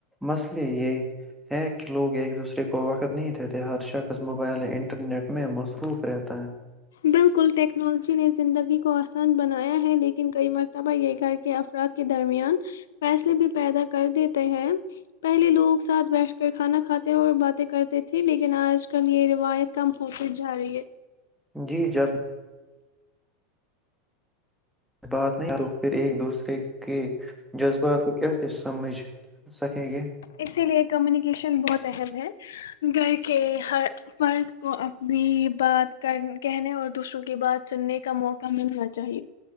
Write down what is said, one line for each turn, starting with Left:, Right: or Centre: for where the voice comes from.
Centre: مسئلے یہ ہے کہ لوگ ایک دوسرے کو وقت نہیں دیتے ہر شخص موبائل انٹرنیٹ میں مصروف رہتا ہے
Left: بالکل ٹیکنالوجی نے زندگی کو آسان بنایا ہے لیکن کئی مرتبہ یہ گھر کے افراد کے درمیان فیصلے بھی پیدا کر دیتے ہیں پہلے لوگ ساتھ بیٹھ کر کھانا کھاتے اور باتیں کرتے تھے لیکن آج کل یہ روایت کم ہوتی جا رہی ہے
Centre: جی جب بات نہیں کر پھر ایک دوسرے کے جذبات کو کیسے سمجھ سکیں گے
Left: اسی لیے کمیونیکیشن بہت اہم ہے گھر کے ہر فرد کو اپنی بات کر کہنے اور دوسروں کی بات سننے کا موقع ملنا چاہیے